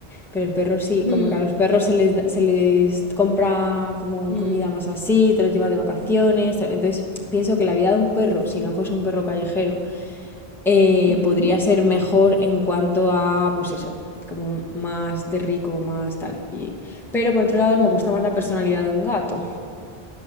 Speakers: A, in the centre; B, on the left.
A: pero el perro sí,
B: mm,
A: como que a los perros se les, se les compra como
B: mm,
A: comida más así, te los llevas de vacaciones. Entonces pienso que la vida de un perro, si no fuese un perro callejero, eh,
B: mm,
A: podría ser mejor en cuanto a, pues eso, como más de rico, más tal. Y... Pero por otro lado
B: mm.
A: me gusta más la personalidad de un gato.